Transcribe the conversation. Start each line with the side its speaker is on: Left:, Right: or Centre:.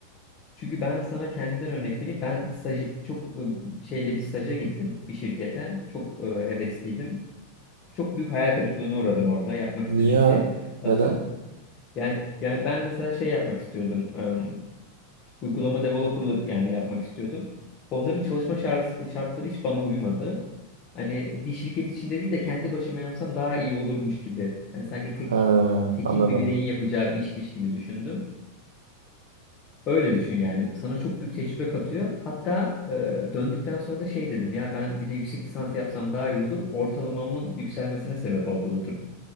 Left: Çünkü ben sana kendimden örnek vereyim. Ben staj çok ım, şeyle bir staja gittim bir şirkete. Çok e, hevesliydim. Çok büyük hayal kırıklığına uğradım orada. Yapmak
Right: Niye?
Left: istediğim şey atı
Right: Neden?
Left: yani yani ben mesela şey yapmak istiyordum. ım, Uygulama developerlık yani yapmak istiyordum. Onların çalışma şar- şartları hiç bana uymadı. Hani bir şirket içinde değil de kendi başıma yapsam daha iyi olurmuş gibi. Hani sanki
Right: Ha,
Left: tek tekil
Right: anladım.
Left: bir bireyin yapacağı bir işmiş gibi düşündüm. Öyle düşün yani. Sana çok büyük tecrübe katıyor. Hatta e, döndükten sonra da şey dedim. Ya ben bir de yüksek lisans yapsam daha iyi olur. Ortalamamın yükselmesine sebep oldu bu durum.